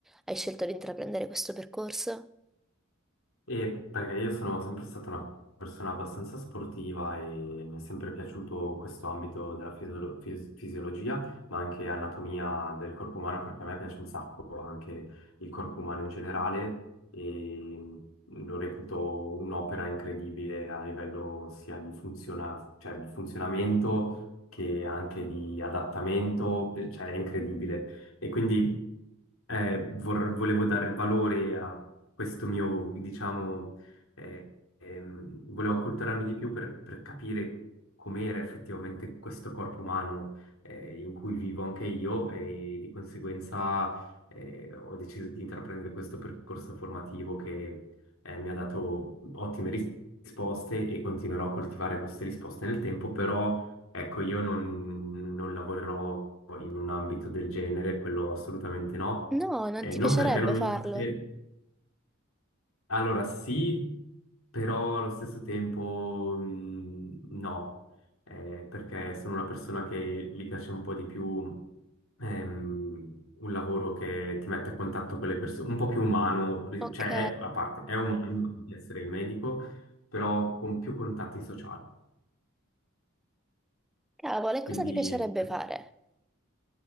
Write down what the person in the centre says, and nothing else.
Hai scelto di intraprendere questo percorso?
No, non
ti
piacerebbe
farlo.
Ok,
cavolo, e
cosa ti piacerebbe
fare?